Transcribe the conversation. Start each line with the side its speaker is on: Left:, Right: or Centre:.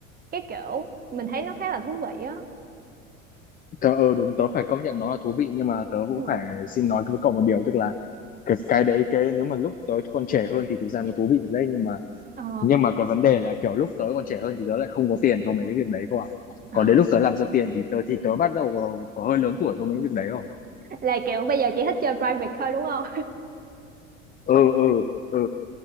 Right: Cái kiểu mình thấy nó khá là thú vị á.
Left: tớ ờ đúng tớ phải công nhận nó là thú vị nhưng mà tớ cũng
Right: Ừ.
Left: phải xin nói với cậu một điều tức là cái, cái đấy cái nếu mà lúc tớ còn trẻ hơn thì thực ra nó thú vị thật đấy nhưng mà
Right: Ờ.
Left: nhưng mà cái vấn đề là kiểu lúc tớ còn trẻ hơn thì tớ lại không có tiền cho mấy cái việc đấy cơ ạ
Right: <laughs>
Left: còn đến lúc tớ làm ra tiền thì tớ thì tớ bắt đầu có, có hơi lớn tuổi cho mấy việc đấy không
Right: Là kiểu bây giờ chỉ thích chơi private thôi đúng không?
Left: ừ ừ ừ